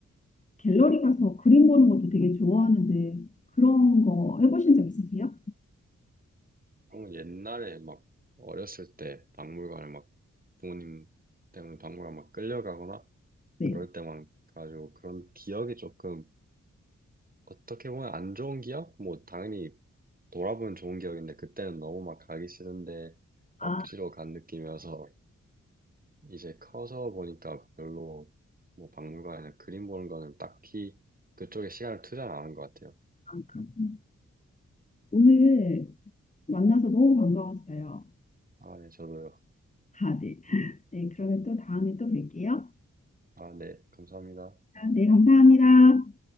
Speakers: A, on the left; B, on the right.
A: 갤러리 가서 그림 보는 것도 되게 좋아하는데 그런 거 해보신 적 있으세요?
B: 그럼 옛날에 막 어렸을 때 박물관을 막 부모님 때문에 박물관 막 끌려가거나
A: 네.
B: 그럴 때만 가지고 그런 기억이 조금 어떻게 보면 안 좋은 기억? 뭐 당연히 돌아보면 좋은 기억인데 그때는 너무 막 가기 싫은데
A: 아,
B: 억지로 간 느낌이어서 이제 커서 보니까 별로 뭐 박물관이나 그림 보는 거는 딱히 그쪽에 시간을 투자를 안 하는 것 같아요.
A: 그렇군요. 오늘 만나서 너무 반가웠어요.
B: 아, 네, 저도요.
A: 아, 네. 네, 그러면 또 다음에 또 뵐게요.
B: 아, 네, 감사합니다.
A: 아, 네, 감사합니다.